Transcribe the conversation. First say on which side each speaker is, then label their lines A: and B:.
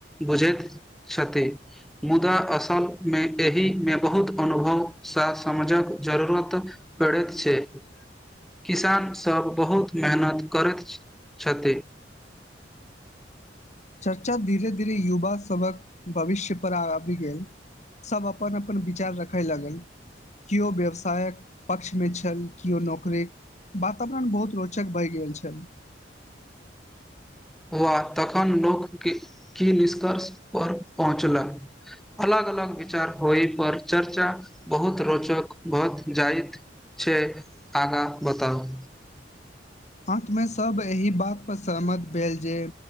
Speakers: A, in the centre; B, on the left.
A: बुझैत छथि मुदा असल मे एहि मे बहुत अनुभवसँ समझक जरूरत पड़ैत छैय किसान सब बहुत मेहनत करैत छथि।
B: चर्चा धीरे धीरे युवा सभक भविष्य पर आबि गेल सभ अपन अपन विचार रखय लगल केओ व्यवसायक पक्षमे छल केओ नौकरी वातावरण बहुत रोचक भइ गेल छल।
A: हआ तखन लोक की निष्कर्ष पर पहुँचला अलग अलग विचार होय पर चर्चा बहुत रोचक भ जाइत छैय आगाँ बताउ
B: अंतमे सब एही बात पर सहमत भेल जे